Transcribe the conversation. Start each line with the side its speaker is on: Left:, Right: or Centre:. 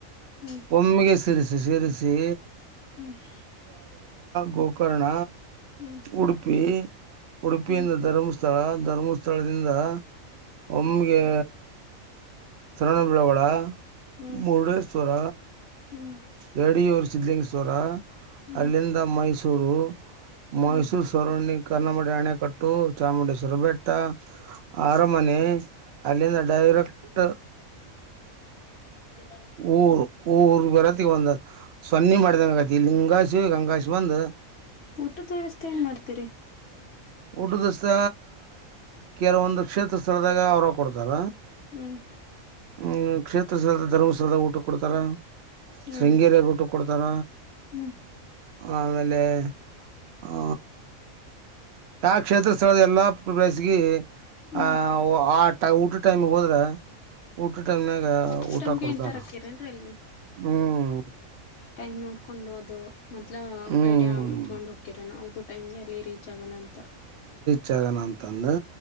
Left: ಹ್ಮ್
Right: ಒಮ್ಮಿಗೆ ಶಿರಸಿ ಶಿರಸಿ.
Left: ಹ್ಮ್.
Right: ಗೋಕರ್ಣ.
Left: ಹ್ಮ್ ಹ್ಮ್
Right: ಉಡುಪಿ ಉಡುಪಿಯಿಂದ
Left: ಹ್ಮ್
Right: ಧರ್ಮಸ್ಥಳ ಧರ್ಮಸ್ಥಳದಿಂದ. ಒಮ್ಗೆ. ಸರಣಬಳವಾಳ
Left: ಹ್ಮ್
Right: ಮುರುಡೇಶ್ವರ.
Left: ಹ್ಮ್ ಹ್ಮ್
Right: ಯಡಿಯೂರು ಸಿದಲಿಂಗೇಶ್ವರ
Left: ಹ್ಮ್
Right: ಅಲ್ಲಿಂದ ಮೈಸೂರು ಮೈಸೂರು
Left: ಹ್ಮ್ ಹ್ಮ್
Right: ಸಣಿ ಕರ್ನ್ನಮಡಿ ಅಣೆಕಟ್ಟು ಚಾಮುಂಡೇಶ್ವರ ಬೆಟ್ಟ ಆರಮನೆ ಅಲ್ಲಿಂದ ಡೈರಕ್ಟ್
Left: ಹಾ
Right: ಊರು ಊರು ಬರತ್ತಿಗೆ ಒಂದು ಸನ್ನಿ ಮಾಡಿದಂಗಂಗತಿ ಲಿಂಗಶ ಗಂಗಾಶ ಒಂದು
Left: ಊಟದ ವ್ಯವಸ್ಥೆ ಏನ್ ಮಾಡ್ತೀರಿ
Right: ಒಡು ದಸತ ಕೆಲವೊಂದು ಕ್ಷೇತ್ರ ಸ್ಥಳದಾಗ ಅವರು ಕೊಡ್ತಾರ
Left: ಹ್ಮ್
Right: ಹ್ಮ ಕ್ಷೇತ್ರಸದ ಧರ್ಮಸ್ಥಳದ ಊಟ ಕೊಡ್ತಾರ
Left: ಹ್ಮ್
Right: ಶೃಂಗೇರಿಯ ಊಟ್ಟು ಕೊಡ್ತಾರ
Left: ಹ್ಮ್
Right: ಆಮೇಲೆ ಆ ಯಾವ ಕ್ಷೇತ್ರ ಸ್ಥಳದ ಎಲ್ಲಾ್ಲೇಸ್ಿ
Left: ಹ್ಮ್
Right: ಆ ಆ ಊಟ ಟೈಮ್ ಹೋದ್ರೆ ಊಟ ಟೈಮ್ ನಾಗ
Left: ಊಟದ
Right: ಊಟ
Left: ಟೈಮ್ಗೆ
Right: ಕೊಡ್ತಾರ
Left: ಎಂಟರ್ ಹಾಕ್ಕಿರೇನ್ರಿ ಅಲ್ಲಿ
Right: ಹ್ಮ್
Left: ಟೈಮ್ ನೋಡ್ಕೊಂಡು ಅದು ಮೊದ್
Right: ಹ್ಮ್
Left: ಐಡಿಯಾ ಇಟ್ಕೊಂಡ್ ಹೋಗಕ್ಯರ ನಬಟ್ಟ ಟೈಮ್ಗೆ ಅಲ್ಲಿ ರೀಚ್ ಆಗೋಣ ಅಂತ
Right: ಜಗನ ಅಂತಂದು